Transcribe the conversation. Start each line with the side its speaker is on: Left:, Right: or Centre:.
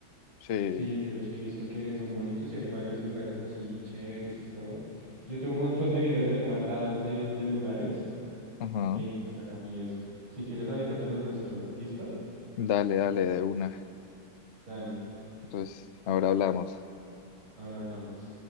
Left: Sí,
Right: Sí, yo sí he visto que son bonitos y hay varios lugares así chéveres y todo. Yo tengo un montón de videos ahí guardados de, de lugares
Left: ajá,
Right: en Instagram y eso. Si quieres, ahorita te los muestro. ¿Listo?
Left: Dale, dale, de una.
Right: Dale,
Left: Entonces, ahora hablamos.
Right: ahora hablamos.